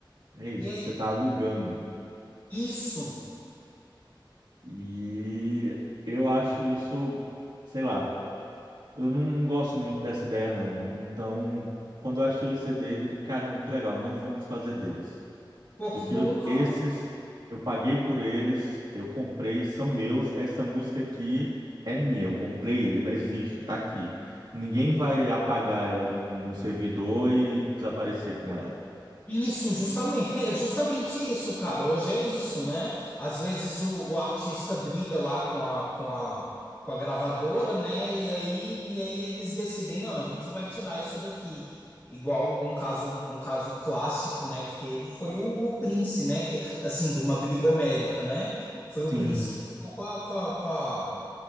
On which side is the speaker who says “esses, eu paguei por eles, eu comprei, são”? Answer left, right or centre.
Right